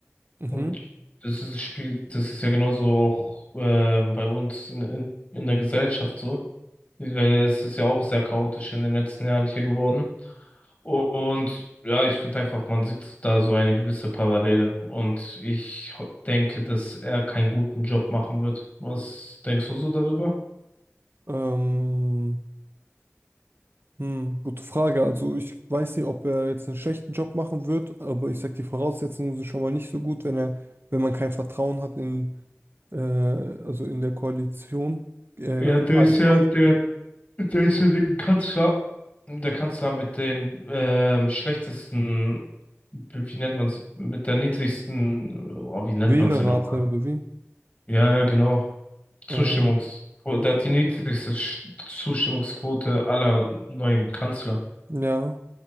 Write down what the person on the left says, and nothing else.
Und das ist, Spiel- das ist ja genauso auch ähm, bei uns in, in, in der Gesellschaft so, weil es ist ja auch sehr chaotisch in den letzten Jahren hier geworden. Und ja, ich finde einfach, man sieht da so eine gewisse Parallele. Und ich ho- denke, dass er keinen guten Job machen wird. Was denkst du so darüber?
Ja, der
ist ja, der Deswegen kannst du da, da kannst du mit den ähm, schlechtesten, wie nennt man es, mit der niedrigsten, oh, wie nennt
man es denn nochmal?
Ja, ja, genau. Zustimmungs,
der hat die niedrigste Sch- Zustimmungsquote aller neuen Kanzler.